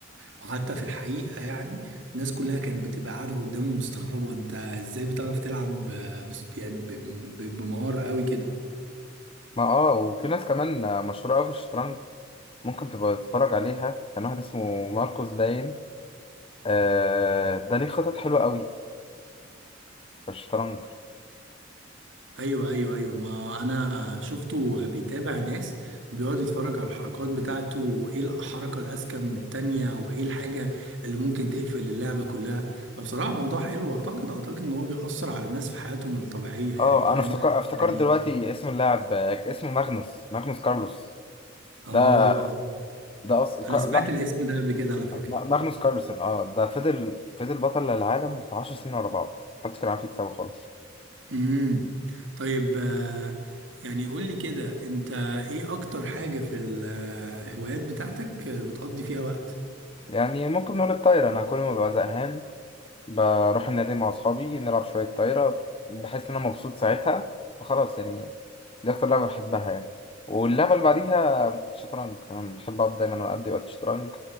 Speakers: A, on the right; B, on the left.
A: وحتى في الحقيقة يعني الناس كلها كانت بتبقى قاعدة قدامه مستغربة انت ازاي بتعرف تلعب آه، بس يعني ب... ب... بمهارة قوي كده
B: ما اه وفي ناس كمان مشهورة أوي في الشطرنج ممكن تبقى تتفرج عليها كان واحد اسمه ماركوس باين آه ده ليه خطط حلوة أوي في الشطرنج
A: ايوه ايوه ايوه ما انا شفته بيتابع ناس وبيقعد يتفرج على الحركات بتاعته وايه الحركه الاذكى من التانية وايه الحاجه اللي ممكن تقفل اللعبه كلها فبصراحه موضوع حلو واعتقد اعتقد ان هو بيأثر على الناس في حياتهم الطبيعيه يعني
B: اه
A: فاهم
B: أنا افتكر افتكرت
A: يعني
B: دلوقتي اسم اللاعب آه، اسمه ماغنوس ماغنوس كارلوس
A: اه
B: ده ده أصلا كار...
A: انا سمعت
B: لا
A: الاسم ده قبل كده على فكره
B: ما- ماغنوس كارلسن اه ده فضل فضل بطل العالم بتاع 10 سنين ورا بعض محدش كان عارف يكسبه خالص
A: امم طيب آه، يعني قول لي كده انت ايه اكتر حاجه في الهوايات بتاعتك آه، بتقضي فيها وقت
B: يعني ممكن نقول الطاير أنا كل ما ببقى زهقان بروح النادي مع أصحابي نلعب شوية طايرة بحس إن أنا مبسوط ساعتها فخلاص يعني دي أكتر لعبة بحبها يعني واللعبة اللي بعديها شطرنج أنا بحب أقعد دايما أقضي وقت شطرنج